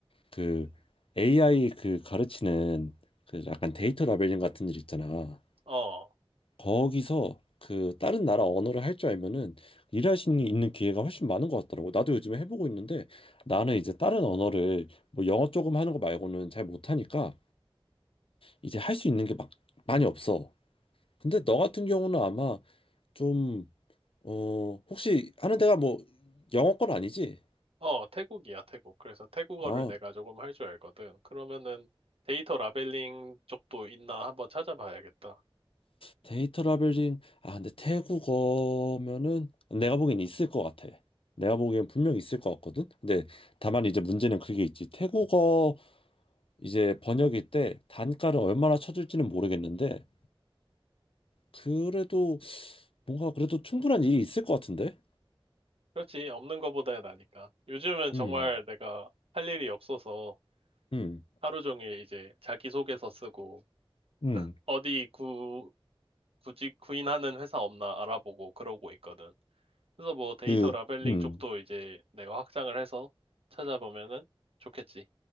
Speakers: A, on the left; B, on the right.
A: 그
B: 음.
A: AI 그 가르치는 그 약간 데이터 라벨링 같은 일 있잖아.
B: 어,
A: 거기서 그 다른 나라 언어를 할 줄 알면은 일할 수 있는 기회가 훨씬 많은 것 같더라고. 나도 요즘에 해보고 있는데 나는 이제 다른 언어를 뭐 영어 조금 하는 거 말고는 잘 못하니까 이제 할 수 있는 게 막 많이 없어. 근데 너 같은 경우는 아마 좀, 어, 혹시 하는 데가 뭐 영어권 아니지?
B: 어, 태국이야, 태국. 그래서 태국어를
A: 아,
B: 내가 조금 할 줄 알거든. 그러면은 데이터 라벨링 쪽도 있나 한번 찾아봐야겠다.
A: 데이터 라벨링 아 근데 태국어면은 내가 보기엔 있을 것 같아. 내가 보기엔 분명 있을 것 같거든. 근데 다만 이제 문제는 그게 있지. 태국어 이제 번역일 때 단가를 얼마나 쳐줄지는 모르겠는데 그래도 뭔가 그래도 충분한 일이 있을 것 같은데.
B: 그렇지. 없는 것보다야 나니까. 요즘은
A: 음,
B: 정말 내가 할 일이 없어서
A: 음,
B: 하루 종일 이제 자기소개서 쓰고
A: 음,
B: 어디 구, 구직, 구인하는 회사 없나 알아보고 그러고 있거든. 그래서 뭐 데이터
A: 그,
B: 라벨링
A: 음,
B: 쪽도 이제 내가 확장을 해서 찾아보면은 좋겠지.